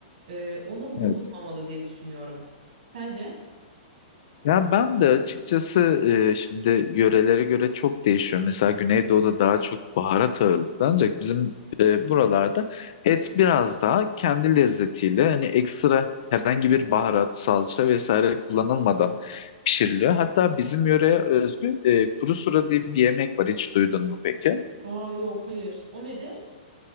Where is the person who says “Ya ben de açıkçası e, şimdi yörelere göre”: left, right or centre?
Left